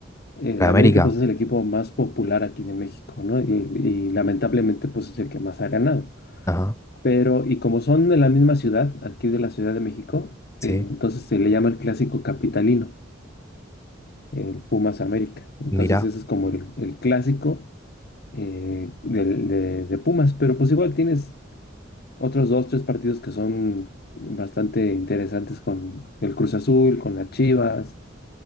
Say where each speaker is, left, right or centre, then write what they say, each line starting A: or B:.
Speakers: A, on the left; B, on the left.
A: El
B: ¿La de
A: América
B: América?
A: pues es el equipo más popular aquí de México, ¿no? Y, y lamentablemente pues es el que más ha ganado.
B: Ajá,
A: Pero y como son de la misma ciudad, aquí de la Ciudad de México, eh,
B: sí,
A: entonces se le llama el clásico capitalino, el Pumas América. Entonces
B: mira.
A: ese es como el, el clásico eh, del- de, de Pumas, pero pues igual tienes otros dos, tres partidos que son bastante interesantes con el Cruz Azul, con las Chivas,